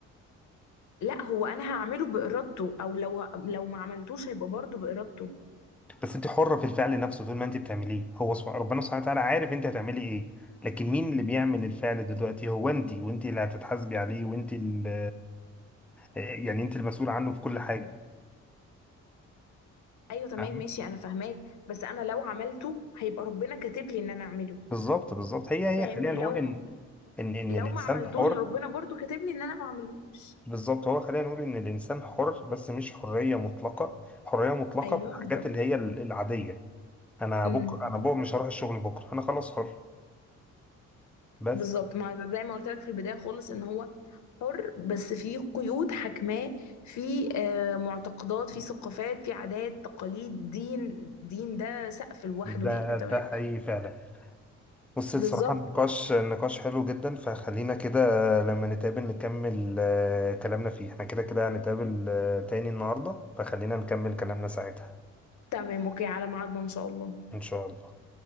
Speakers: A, on the left; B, in the centre.
A: لا هو انا هعمله بارادته او لو لو ما عملتوش هيبقى برضه بارادته
B: بس انت حرة في الفعل نفسه طول ما انت بتعمليه هو سب... ربنا سبحانه وتعالى عارف انت هتعملي ايه لكن مين اللي بيعمل الفعل دلوقتي هو انت وانت اللي هتتحاسبي عليه وانت اللي آه، يعني انت المسؤول عنه في كل حاجة
A: ايوه تمام
B: فاهمة؟
A: ماشي انا فاهماك بس انا لو عملته هيبقى ربنا كاتب لي ان انا اعمله
B: بالظبط بالظبط هي هي
A: فاهمني
B: خلينا نقول
A: لو
B: ان ان ان
A: لو
B: الانسان
A: ما عملتوش
B: حر
A: ربنا برضه كاتب لي ان انا ما اعملهوش
B: بالظبط هو خلينا نقول ان الانسان حر بس مش حريه مطلقه حريه مطلقه
A: ايوه
B: في الحاجات
A: بالظبط
B: اللي هي ال- العاديه انا
A: امم
B: بكره انا بكره مش هروح الشغل بكره انا خلاص حر بس
A: بالظبط ما زي ما قلت لك في البدايه خالص ان هو حر بس في قيود حاكماه في آه، معتقدات في ثقافات في عادات تقاليد دين دين ده سقف لوحده
B: ده
A: يعني
B: ده
A: تمام
B: حقيقي فعلا بص الصراحه
A: بالظبط
B: النقاش نقاش حلو جدا فخلينا كده لما نتقابل نكمل آه، كلامنا فيه احنا كده كده هنتقابل آه، تاني النهارده فخلينا نكمل كلامنا ساعتها
A: تمام اوكي على ميعادنا ان شاء الله
B: ان شاء الله